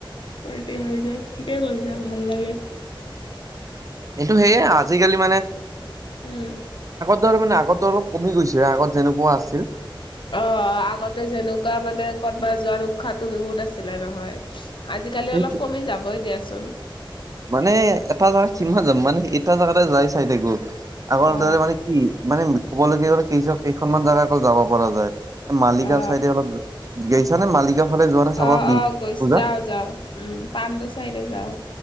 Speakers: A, on the left; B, on the right.
A: পলটি হৈ যায় কেতিয়া কৈছা ভাল লাগে
B: এইটো সেয়ে আজিকালি মানে
A: উম
B: তাৰমানে আগতো অলপ কমি গৈছে আগত যেনেকুৱা আছিল।
A: অহ, আগতে যেনেকুৱা মানে কৰ'বাত যোৱাৰ উৎসাহটো বহুত আছিলে নহয় আজিকালি
B: সেইটো
A: অলপ কমি যাবই দিয়াচোন।
B: মানে এটা জেগাত কিমান যাম মানে এটা জেগাতে যাই চাই থাকব। আগৰ
A: অ
B: দৰে মানে কি মানে কবলগীয়া হ'লে কেই -কেইখনমান জেগা অকল যাব পৰা যায়। এ মালিগাঁও
A: অ
B: চাইডে অলপ গৈছা নে মালিগাঁও? ফালে যোৱা নে চাবা
A: অ',
B: বি
A: - অ', গৈ
B: পূজা?
A: যাও- যাও উম পাণ্ডু চাইড যাও।